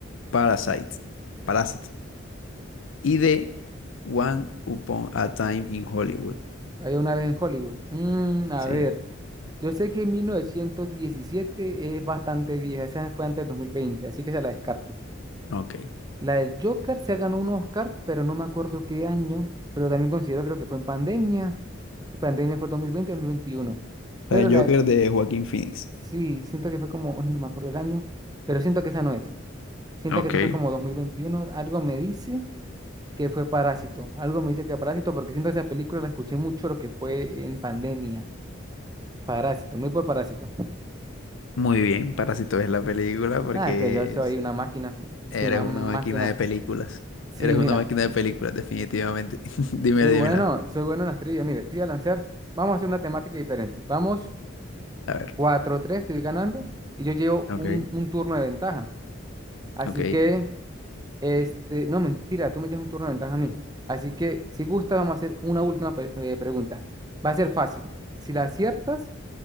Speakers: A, on the left; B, on the right.
A: Parasite. Parásito. Y D. One Upon a Time in Hollywood.
B: Hay una vez en Hollywood. Mm, a
A: Sí.
B: ver, yo sé que en 1917 es bastante vieja, esa fue antes del 2020, así que se la descarto.
A: Ok.
B: La del Joker se ganó un Oscar, pero no me acuerdo qué año, pero también considero creo que fue en pandemia. Pandemia fue dos dos mil veinte, dos mil veintiuno. Pero
A: El
B: la,
A: Joker
B: de-
A: de Joaquín Phoenix.
B: sí, siento que fue como, ay, no me acuerdo el año, pero siento que esa no es. Siento
A: Ok.
B: que eso fue como dos mil veintiuno Algo me dice que fue Parásito. Algo me dice que Parásito, porque siento que esa película la escuché mucho lo que fue en pandemia. Parásito, muy por Parásito.
A: Muy bien. Parásito es la película porque
B: Ah, es que yo soy una máquina. Soy
A: Eres
B: una
A: una
B: máquina.
A: máquina de películas.
B: Sí,
A: Eres
B: mira,
A: una máquina de películas, definitivamente. <laughs> Dímela,
B: soy bueno,
A: dímela.
B: soy bueno en las trivias. Mire, te voy a lanzar. Vamos a hacer una temática diferente. Vamos
A: A ver,
B: cuatro tres 3 estoy ganando y yo llevo
A: Ok.
B: un, un turno de ventaja. Así
A: ok,
B: que Este, no, mentira, tú me echas un turno de ventaja a mí. Así que, si gusta, vamos a hacer una última pe- eh, pregunta. Va a ser fácil. Si la aciertas,